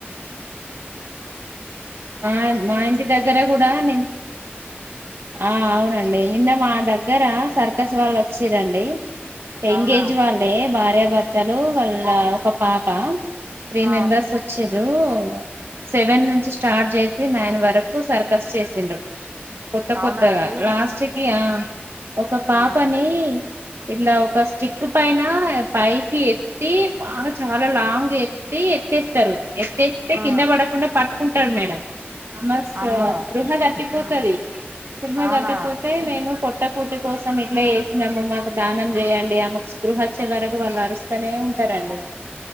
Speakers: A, on the right; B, on the right.
A: మా మా ఇంటి దగ్గర కూడా ని ఆ అవునండి నిన్న మా దగ్గర సర్క స్ వాళ్ళు వచ్చీర్రండి ఎంగేజ్
B: అవునా
A: వాళ్ళే భార్యాభర్తలు వాళ్ళ ఒక పాప త్రీ
B: ఆ
A: మెంబర్స్ వచ్చిర్రూ... సెవెన్ స్టార్ట్ చేసి నయన్ వరకు సర్కస్ చేసిండ్రు కొత్త
B: అవునా
A: కొత్తగా,
B: అండి
A: లాస్ట్ కి ఆ ఒక్క పాపని
B: ఆ
A: ఇట్ల ఒక స్టిక్ పైన పైకి ఎత్తి బాగా చాలా లాంగ్ ఎత్తి ఎత్తేస్తరు. ఎతేస్తె
B: ఆ
A: కింద పడకుండా పట్ మేడమ్ ఆమె స్
B: అమ్మో
A: స్పృహ దప్పిపోతది,
B: ఉమ్
A: స్పృహ
B: అవునా
A: దప్పిపోతే నేను కొ పొట్టకూటి కోసం ఇట్లా చేసినమ్మ మాకు దానం చేయండి, ఆమెకు స్పృహ అచ్చె వరకు వాళ్ళు అరుస్తనే ఉంటరండి.